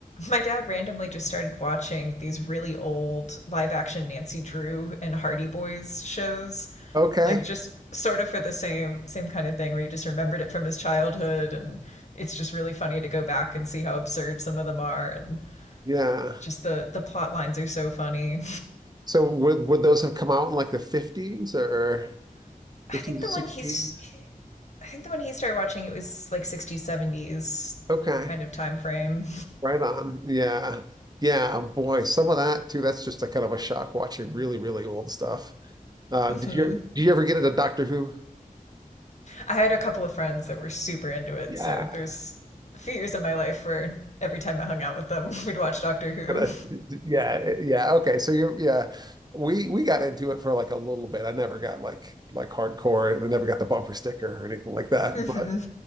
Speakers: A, on the left (about 50°); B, on the right (about 25°).
A: My dad randomly just started watching these really old live action Nancy Drew and Hardy Boys shows,
B: Okay.
A: like just sort of for the same same kind of thing where he just remembered it from his childhood and it's just really funny to go back and see how absurd some of them are and
B: Yeah.
A: just the the plot lines are so funny.
B: So would would those have come out in like the 50s or
A: I
B: 50s
A: think
B: to
A: the
B: 60s?
A: one he's I think the one he started watching it was like 60s 70s
B: Okay.
A: kind of time frame.
B: Right on. Yeah. Yeah, boy, some of that too. That's just a kind of a shock watching really, really old stuff. Uh,
A: <laughs>
B: did you did you ever get into Doctor Who?
A: I had a couple of friends that were super into it,
B: Yeah.
A: so there's a few years in my life where every time I hung out with them, <laughs> we'd watch Doctor Who.
B: <laughs> yeah, yeah. Okay, so you're yeah. We we got into it for like a little bit. I never got like like hardcore. and I never got the bumper sticker or anything like that.
A: hmm
B: But